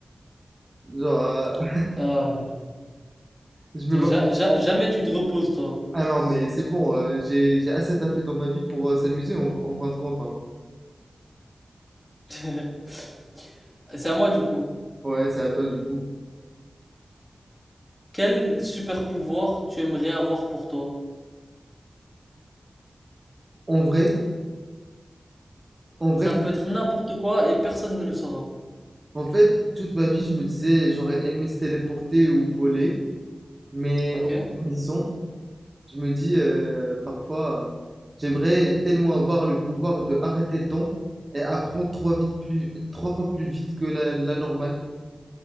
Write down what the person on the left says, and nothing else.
Ah là là.
T'es
ja- ja- jamais tu te reposes, toi.
<laughs> C'est à moi du coup.
Quel super pouvoir tu aimerais avoir pour toi?
Ça
peut être n'importe quoi et personne ne le saura.
Ok?